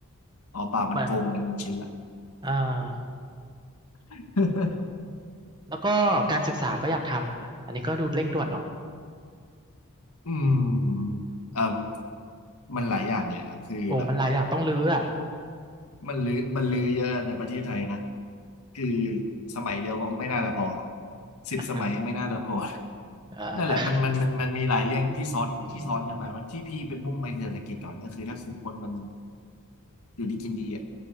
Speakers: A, on the left; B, on the right.
A: อ๋อเปล่ามันโกงกันจริงๆละ
B: เหมือนอ่า
A: <laughs>
B: แล้วก็การศึกษาก็อยากทำนะอันนี้ก็ดูเร่งด่วนเนาะ
A: อืมเอ่มมันหลายอย่างเลยอะคือแบบ
B: โอ้มันหลายอย่างต้องรื้ออ่ะ
A: มันลื้อมันลื้อเยอะในประเทศไทยนะคือสมัยเดียวก็ไม่น่าจะพอสิบสมัยยังไม่น่าจะพอ
B: <laughs> อ่า
A: นั่นแหละมันมันมันมันมีหลายเรื่องที่ซ้อนที่ซ้อนกันมาว่าที่พี่เป็นมุ่งไปเศรษฐกิจก่อนก็คือถ้าคือคนมัน
B: <laughs> อืม
A: อยู่ดีกินดีอ่ะ